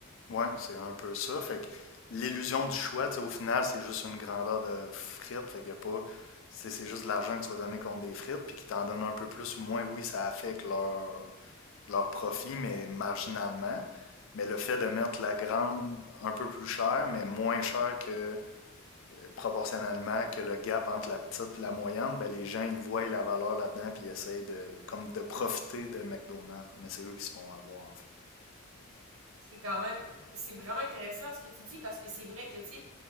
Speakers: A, on the left; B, on the right.
A: Ouais, c'est un peu ça. Fait que l'illusion du choix, tu sais, au final, c'est juste une grandeur de frites. Fait qu'il y a pas. C'est c'est juste de l'argent que tu vas donner contre des frites, puis qui t'en donnent un peu plus ou moins. Oui, ça affecte leur, leur profit, mais marginalement. Mais le fait de mettre la grande un peu plus chère, mais moins chère que proportionnellement que le gap entre la petite et la moyenne, ben, les gens, ils voient la valeur là-dedans puis ils essayent de, comme de profiter de McDonald's. Mais c'est eux qui se font avoir, en fait.
B: C'est quand même, c'est vraiment intéressant ce que tu dis parce que c'est vrai que, tu sais,